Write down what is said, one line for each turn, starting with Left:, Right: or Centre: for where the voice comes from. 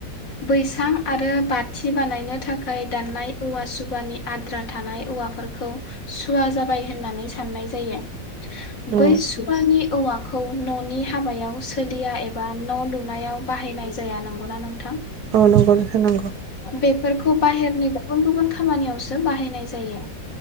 Left: बैसां आरो बाथि बानायनो थाखाय दाननाय औवा सुबानि आद्रा थानाय औवाफोरखौ सुवा जाबाय होननानै साननाय जायो।
Right: औ
Left: बै सुबानि औवाखौ न'नि हाबायाव सोलिया एबा न' लुनायाव बाहायनाय जाया। नंगौना नोंथां?
Right: औ नंगौ नंगौ
Left: बेफोरखौ बाहेरनि गुबुन गुबुन खामानियावसो बाहायनाय जायो।